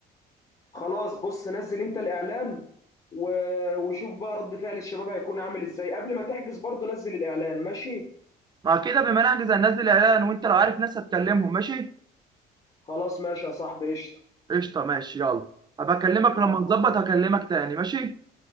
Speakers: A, on the left (about 35°); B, on the right (about 25°).
A: خلاص بص نزل انت الاعلان و- وشوف بقى رد فعل الشباب هيكون عامل ازاي قبل ما تحجز برضو نزل الاعلان ماشي
B: مع كده بما نحجز هننزل اعلان وانت لو عارف ناس هتكلمهم ماشي
A: خلاص ماشي يا صاحبي قشطة
B: قشطه ماشي يلا هبقى اكلمك
A: يلا
B: لما نظبط
A: مع الس-
B: هكلمك تاني ماشي